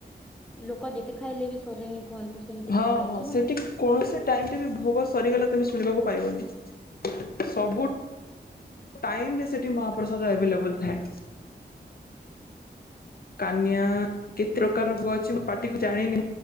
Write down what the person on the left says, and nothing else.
ହଁ
ହଁ
ସେଠି
କୌଣସି ଟାଇମ ରେ ବି ଭୋଗ ସରିଗଲା ତମେ ଶୁଣିବାକୁ ପାଇବନି ସବୁ ଟାଇମରେ ସେଠି ମହାପ୍ରସାଦ ଏଭେଲେବଲ ଥାଏ କାନିଆ
କେତେ ପ୍ରକାର ର ବ ପାଟିକୁ ଜାଣିନି